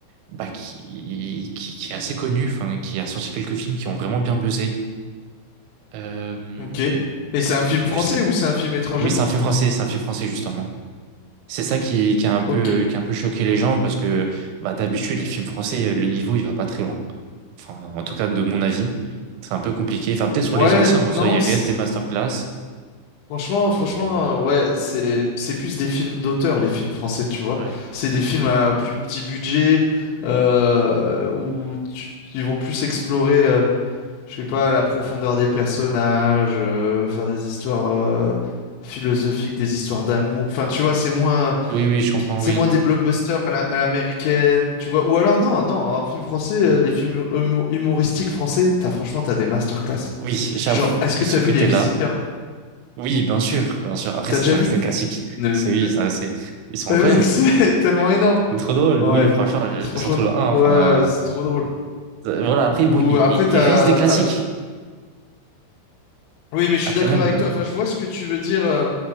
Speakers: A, on the right; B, on the left.
A: bah, qui, qui, qui est assez connu, enfin, qui a sorti quelques films qui ont vraiment bien buzzé. Euh,
B: ok. Et c'est un film français
A: je sais
B: ou c'est un film étranger?
A: Oui, c'est un film français, c'est un film français justement. C'est ça qui, qui a un peu,
B: Ok.
A: qui a un peu choqué les gens parce que bah, d'habitude, les films français, euh, le niveau, il va pas très loin. Enfin, en tout cas, de mon avis, c'est un peu compliqué. Enfin, peut-être sur
B: Ouais,
A: les anciens, en
B: non,
A: soi, il reste
B: c-
A: des masterclass,
B: franchement,
A: mais
B: franchement,
A: euh,
B: euh, ouais, c'est c'est plus des films d'auteur, les films français, tu vois.
A: ouais.
B: C'est des films à plus petit budget euh, où tu- ils vont plus explorer, euh, je sais pas, la profondeur des personnages, euh, faire des histoires euh, philosophiques, des histoires d'amour. Enfin, tu vois, c'est moins.
A: Oui, oui, je comprends,
B: C'est
A: oui.
B: moins des blockbusters à la- à l'américaine, tu vois. Ou alors, non, non, un film français,
A: Mm.
B: euh, les films humo- humoristiques français, t'as, franchement, t'as des masterclass.
A: Oui, j'avoue,
B: Genre, est-ce que
A: ce
B: t'as vu
A: côté-là.
B: Les Visiteurs?
A: Oui, bien sûr, bien sûr. Après,
B: T'as
A: ça,
B: déjà
A: ça
B: vu?
A: restait classique.
B: Ne-
A: C'est oui,
B: Ouais.
A: ça restait. Ils sont
B: Euh,
A: incroyables.
B: Mec, <laughs> c'est tellement énorme.
A: C'est trop drôle,
B: Ouais,
A: oui, franchement, je-
B: C'est- franchement,
A: surtout le un.
B: ouais,
A: enfin.
B: ouais, c'est trop drôle.
A: euh, Voilà, après,
B: Ou
A: bon, il il-
B: après, t'as,
A: il reste des classiques.
B: t'as... Oui, mais je
A: Après
B: suis d'accord
A: même.
B: avec toi. Enfin, je vois ce que tu veux dire. euh,